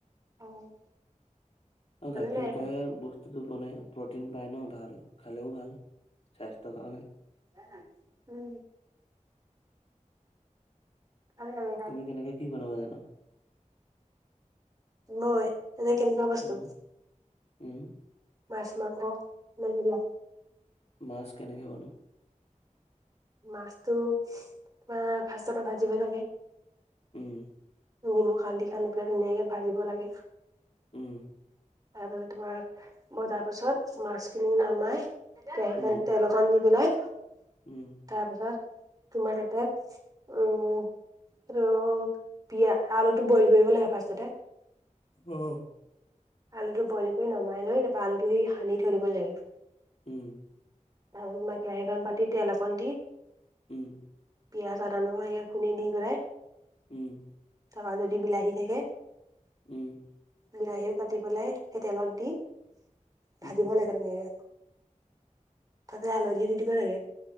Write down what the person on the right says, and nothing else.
অ',
ভালে
লাগে
খাই।
<unintelligible> উম'। ভালে লাগে খাই।
মই, এনে কেনেকুৱা বস্তু?
মাছ, মাংস <inaudible>
মাছতো তোমাৰ ফাষ্টতে ভাজিব লাগে।
নিমখ, হালধি সানি পেলাই ধুনীয়াকে ভাজিব লাগে।
তাৰপিছত তোমাৰ ভজাৰ পাছত মাছখিনি নমাই, কেৰাহী
খন তেল অক কণ দি পেলাই
তাৰপাছত, তোমাৰ তাতে <unintelligible> পিয়া- আলুটো বইল কৰিব লাগে ফাৰ্ষ্টতে।
আলুটো বইল কৰি নমাই লৈ তাৰপা আলুটো সেই সানি থৈ দিব লাগে।
তাৰপাছত তোমাৰ কেৰাহীখন পাতি তেল অকণ দি
পিয়াঁজ, আদা, নহৰু এনেকে খুন্দি দি পেলাই
তাপা যদি বিলাহী থাকে
বিলাহীও কাটি পেলাই সেই তেলত দি, ভাজিব
লাগ তাতে ধুনীয়াকে, তাতে হালধি দি দিব লাগে।